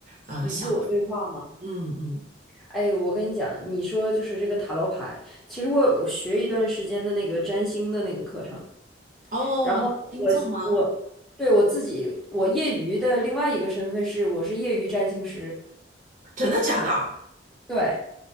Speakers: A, on the right (about 40°); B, in the centre.
A: 呃想法？
B: 与自我对话嘛。
A: 嗯嗯。
B: 哎，我跟你讲，你说就是这个塔罗牌，其实我有学一段时间的那个占星的那个课程，
A: 哦，
B: 然后我我对我自己，
A: 星座吗？
B: 我业余的另外一个身份是我是业余占星师。
A: 真的假的？
B: 对，